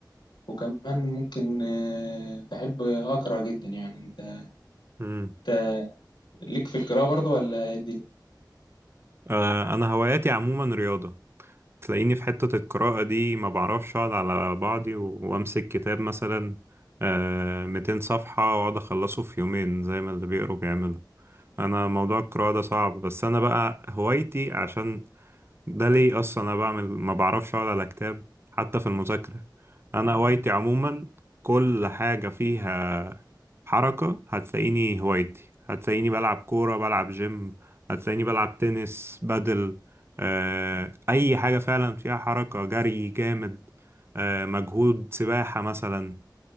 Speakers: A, on the left; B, on the right.
A: وكمان ممكن آه، بحب أقرأ جدا يعني أنت
B: امم
A: أنت ليك في القراءة برضه ولا إيه الدنيا؟
B: آه انا هواياتي عموما رياضة تلاقيني في حتة القراءة دي ما بعرفش اقعد على بعضي و- وامسك كتاب مثلا آه 200 صفحة واقعد اخلصه في يومين زي ما اللي بيقروا بيعملوا انا موضوع القراءة ده صعب بس انا بقى هوايتي عشان ده ليه اصلا انا بعمل ما بعرفش اقعد على كتاب حتى في المذاكره انا هوايتي عموما كل حاجه فيها حركه هتلاقيني هوايتي هتلاقيني بلعب كوره بلعب جيم هتلاقيني بلعب تنس بدل آه، اي حاجه فعلا فيها حركه جري جامد آه، مجهود سباحه مثلا